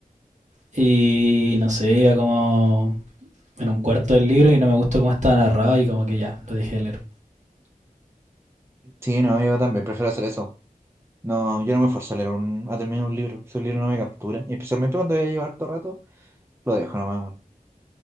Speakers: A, on the right (about 55°); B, on the right (about 15°).
A: Y no sé, iba como en un cuarto del libro y no me gustó cómo estaba narrado y como que ya, lo dejé de leer.
B: Sí, no, yo también prefiero hacer eso. No, yo no me esfuerzo a leer un, a terminar un libro. Si un libro no me captura, y especialmente cuando ya llevo harto rato, lo dejo nomás, weón.